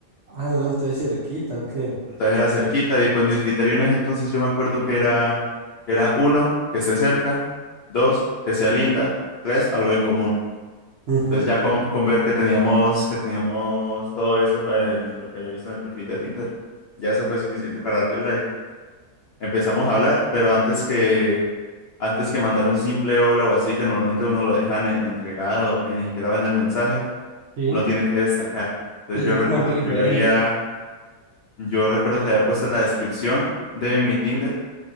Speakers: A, on the right (about 55°); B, on the left (about 70°).
A: Ah, no, entonces cerquita, ¿o qué?
B: Entonces era cerquita y pues mis criterios en ese entonces yo me acuerdo que era, que era uno, que esté cerca, dos, que sea linda, tres, algo en común.
A: Ujú,
B: Entonces ya con, con ver que teníamos, que teníamos todo eso eh, en lo que había visto en el perfil de Tinder, ya eso fue suficiente para darle like. Empezamos a hablar, pero antes que, antes que mandar un simple hola o así, que normalmente uno lo dejan en entregado, que ni siquiera ven el mensaje,
A: Sí,
B: uno tiene que destacar. Entonces
A: debe
B: yo
A: ser
B: recuerdo
A: como algo diferente.
B: que yo le había, yo recuerdo
A: que le-
B: que había puesto en la descripción de mi Tinder